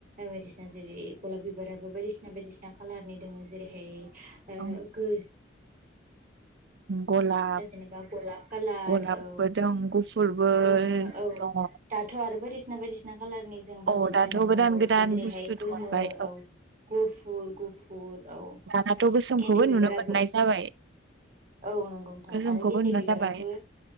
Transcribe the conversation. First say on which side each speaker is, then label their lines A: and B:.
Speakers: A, on the right; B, on the right.
A: बायदिसिना जेरै गलाब बिबाराबो बायदिसिना बायदिसिना कलारनि दङो जेरैहाय ओह
B: औ
A: गो
B: गलाब
A: जेनेबा गलाब कालार
B: गलाबबो
A: औ
B: दं गुफुरबो
A: गोमो औ
B: दङ
A: दाथ' आरो बायदिसिना बायदिसिना कालारनि जों बाजाराव
B: औ दाथ'
A: बायनानै
B: गोदान
A: मोनबावोसो
B: गोदान
A: जेरैहाय
B: बुस्थु
A: गोमो
B: दहरबाय
A: औ गुफुर गो फुर औ
B: दानाथ' गोसोमखौबो
A: गेन्दे
B: नुनो
A: बिबाराबो
B: मोननाय जाबाय
A: औ नंगौ नोंथां
B: गोसोमखौबो
A: आरो गेन्दे
B: नुनाय
A: बिबाराबो
B: जाबाय